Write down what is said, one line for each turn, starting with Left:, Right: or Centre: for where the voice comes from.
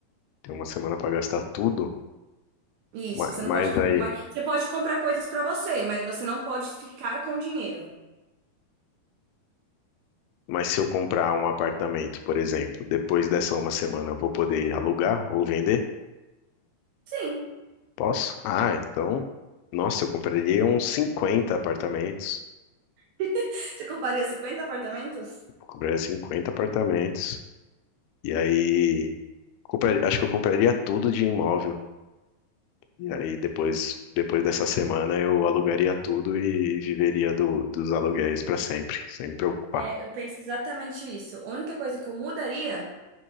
Left: Tem uma semana pra gastar tudo?
Right: Isso,
Left: Ma-
Right: você não
Left: Mas
Right: pode ficar
Left: aí,
Right: com mais. Você pode comprar coisas pra você, mas você não pode ficar com dinheiro.
Left: mas se eu comprar um apartamento, por exemplo, depois dessa uma semana, eu vou poder alugar ou vender?
Right: Sim.
Left: Posso? Ah, então, nossa, eu compraria uns 50 apartamentos.
Right: <laughs> Você compraria 50 apartamentos?
Left: Eu compraria 50 apartamentos. E aí, compraria- acho que eu compraria tudo de imóvel. E aí, depois, depois dessa semana, eu alugaria tudo e viveria do- dos aluguéis para sempre, sem me preocupar.
Right: É, eu penso exatamente isso. A única coisa que eu mudaria